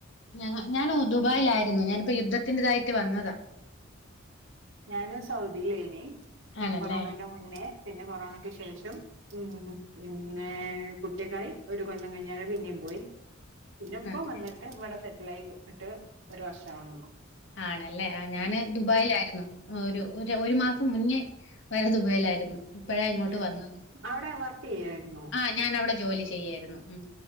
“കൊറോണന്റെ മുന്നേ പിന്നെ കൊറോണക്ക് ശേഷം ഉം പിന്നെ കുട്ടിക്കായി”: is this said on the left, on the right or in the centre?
Right